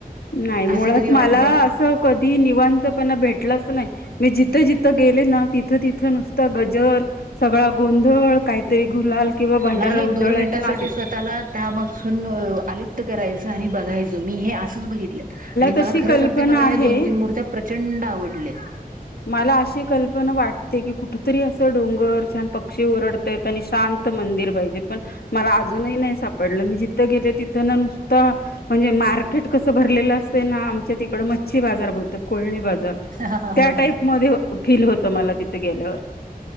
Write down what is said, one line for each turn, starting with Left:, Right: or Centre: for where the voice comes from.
Left: नाही मुळात
Right: असं कधी वाटलंय
Left: मला असं कधी निवतपणा भेटलं नाही मी जिथे जिथं गेले ना तिथं तिथ इथ नुसत गजर सगळा गोंधळ काहीतरी गुलाल किंवा भांडारा
Right: नाही
Left: उधळायचं
Right: दोन मिनिटासाठी
Left: नासत
Right: स्वतःला त्या पासून आलिप्त करायचं आणि बघायचं मी हे बित आणि मला
Left: तशी
Right: खर
Left: कल्पना
Right: सांगते मला ह्या
Left: आहे
Right: दोन तीन मूर्त्या प्रचंड आवडल्यात
Left: मला अशी कल्पना वाटते की कुठतरी असं डोंगर छान पक्षी ओरडतायेत आणि शांत मंदिर पाहिजे पण मला अजूनही नाही सापडलं मी ज तथ गेले तिथं ना नुसत म्हणजे मार्केट कसं भरलेलं असते ना आमच्या तिकड मच्छी बाजार भर कोळणी बाजार
Right: हा हा
Left: त्या
Right: हा
Left: टाईप मध्ये फील होत मला तिथे गेल्यावर